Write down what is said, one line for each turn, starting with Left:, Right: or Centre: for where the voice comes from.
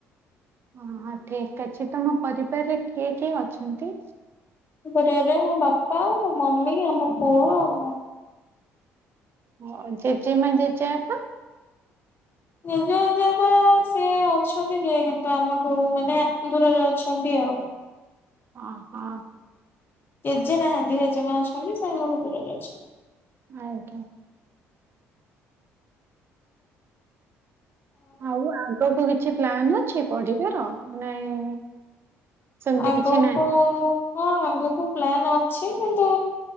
Right: ଓହୋ, ଠିକ ଅଛି, ତୋମ ପରିବାରରେ କିଏ କିଏ ଅଛନ୍ତି?
Left: ଆମ ପରିବାରରେ ମୋ ବାପା, ମୋ ମମି, ଆମ ପୁଅ ଆଉ ମୁଁ।
Right: ଓ, ଜେଜେ ମା ଜେଜେ ବାପା?
Left: ଜେଜେମା ଜେଜେବାପା ସିଏ ଅଛନ୍ତି ଯେ କିନ୍ତୁ ଆମଠୁ ମାନେ ଦୂରରେ ଅଛନ୍ତି ଆଉ।
Right: ଅହ।
Left: ଜେଜେ ନାହାନ୍ତି, ଜେଜେମା ଅଛନ୍ତି, ସେ ଆମଠୁ ଦୂରରେ ଅଛନ୍ତି।
Right: ଆଜ୍ଞା। ଆଉ ଆଗକୁ କିଛି ପ୍ଲାନ୍ ଅଛି ପଢିବାର, ନାଇଁ ସେମିତି
Left: ଆଗକୁ
Right: କିଛି ନାହିଁ।
Left: ହଁ, ଆଗକୁ ପ୍ଲାନ୍ ଅଛି କିନ୍ତୁ